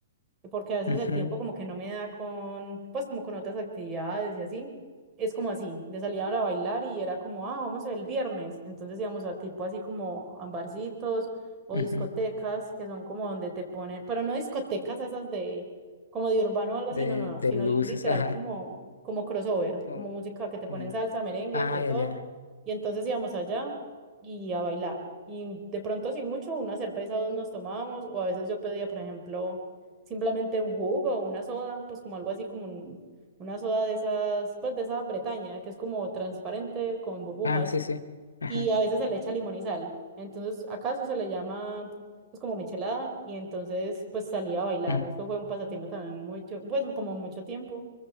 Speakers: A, on the right; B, on the left.
A: porque a veces
B: Ujú,
A: el tiempo como que no me da con, pues como con otras actividades y así. Es como así, de salir ahora a bailar y era como, ah, vamos el viernes. Entonces íbamos a tipo así como a barcitos o
B: ujú.
A: discotecas que son como donde te ponen, pero no discotecas esas de como de urbano o algo
B: De,
A: así, no, no, no,
B: de
A: sino
B: luces,
A: literal
B: ajá.
A: como como crossover,
B: Oh,
A: como música que te ponen
B: mm.
A: salsa, merengue,
B: Ah,
A: de todo.
B: ya, ya.
A: Y entonces íbamos allá y a bailar. Y de pronto, sin mucho, una cerveza o dos nos tomábamos, o a veces yo pedía, por ejemplo, simplemente un jugo o una soda, pues como algo así como un- una soda de esas, pues de esa Bretaña, que es como transparente con burbujas
B: Ah, sí, sí. Ajá.
A: y a veces se le echa limón y sal. Entonces, acaso se le llama pues como michelada y entonces pues salía a bailar.
B: Mm.
A: Esto fue un pasatiempo también mucho, pues como mucho tiempo,